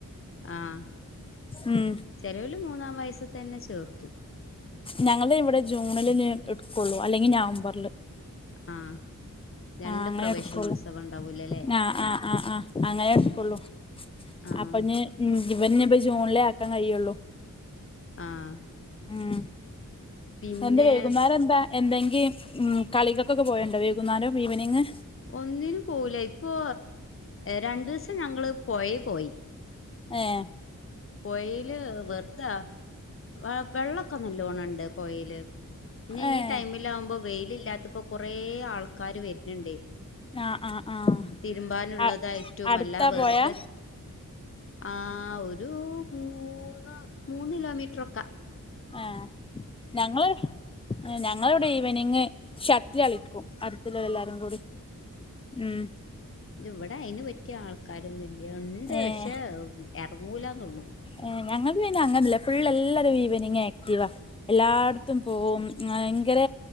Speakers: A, on the left; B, on the left.
A: ആഹ്
B: ഉം
A: ചെലോല് മൂന്നാം വയസ് തന്നെ ചേർത്തു.
B: ഞങ്ങള് ഇവടെ ജൂണില്ഞ്ഞ് ഇട് ക്കൊള്ളു. അല്ലെങ്കി നവംബറ്ല്.
A: ആഹ് രണ്ട്
B: ആഹ് അങ്ങനെ
A: പ്രവേശനോത്സവം
B: എടുക്കൊള്ളു.
A: ഉണ്ടാവൂലേ ല്ലേ
B: ആഹ് ആഹ് ആഹ് ആഹ്. അങ്ങനെ ഇട്ക്കൊള്ളു.
A: ആഹ്
B: അപ്പൊ ഇനി ഇവന്പ്പോ ജൂണിലേ ആക്കാൻ കഴിയൊള്ളു.
A: ആഹ്
B: ഉം
A: പിന്നെ
B: എന്താ വൈകുന്നേരം എന്താ എന്തെങ്കിം ഉം കളികക്കൊക്കെ പോവെണ്ടോ വൈകുന്നേരം ഈവനിങ്.
A: ഒന്നിനും പോവൂല. ഇപ്പൊ രണ്ടീസം ഞങ്ങള് പൊഴി പോയി.
B: ഏഹ്
A: പൊഴീല് വറ്താ അ വെള്ളൊക്കെ നല്ലോണ്ണം ഇണ്ട് പൊഴീല്. പിന്നെ
B: ഏ
A: ഈ ടൈമിലാകുമ്പൊ വെയിലില്ലാത്തപ്പോ കൊറേ ആൾക്കാര് വര്ന്ണ്ടേ.
B: ആഹ് ആഹ് ആഹ്
A: തിരുമ്പാനുള്ളതായിട്ടും
B: അ അടുത്താ
A: അല്ലാ വെർതെ
B: പോയാ
A: ആഹ് ഒരു മൂന്ന് മൂന്ന് കിലോമീറ്ററൊക്ക.
B: ഏഹ് ഞങ്ങള് എഹ് ഞങ്ങളിവിടെ ഈവനിങ് ഷട്ടിലളിക്കും. അടുത്ത്‌ല്ലോരെല്ലാരും കൂടി ഉം
A: ദ് ഇവടെ അയിന് പറ്റിയ ആൾക്കാരൊന്നൂല്ല്യ. ഉണ്ട്
B: ഏഹ്
A: പക്ഷെ എറങ്ങൂലാന്നൊള്ളൂ.
B: ഏഹ് ഞങ്ങക്ക് പിന്നെ അങ്ങനല്ല ഫുൾ എല്ലാരും ഈവനിങ് ആക്റ്റീവാ എല്ലാട് ത്തും പോവും ഭയങ്കര